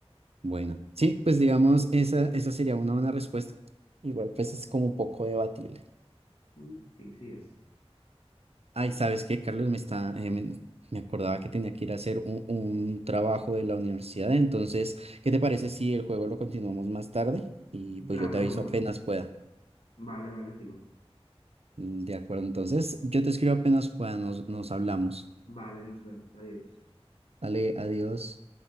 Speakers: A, on the right; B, on the left.
A: Bueno, sí, pues digamos, esa, esa sería una buena respuesta. Igual, pues es como un poco debatible.
B: Mm, Sí, sí es.
A: Ay, ¿sabes qué, Carlos? Me está, eh, me, me acordaba que tenía que ir a hacer un, un trabajo de la universidad. Entonces, ¿qué te parece si el juego lo continuamos más tarde? Y pues
B: Claro,
A: yo te
B: de
A: aviso
B: uno.
A: apenas pueda.
B: Vale, vale, sigo.
A: Mm, De acuerdo, entonces yo te escribo apenas pueda, nos, nos hablamos.
B: Vale, nos vemos. Adiós.
A: Ale, adiós.